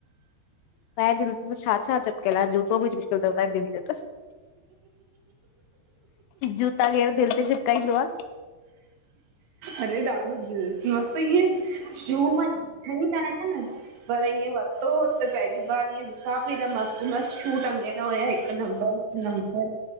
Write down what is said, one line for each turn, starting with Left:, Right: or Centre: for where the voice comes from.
Left: त्वांजे दिल ते त छा- छा चिपकियल आ, जूतो बि चिपकियल तव त्वाहें दिल ते त। जूता केर दिल ते चिप्काइंदो आ?
Right: अरे ॾाढो दिल मस्त इएं शू मां वठनि ई न आहियां न। पर ईअं वरितो हुते पहिरीं बार ॾिसां पई मस्त -मस्त शू टंग्यल हुया हिकु नंबर - नंबर,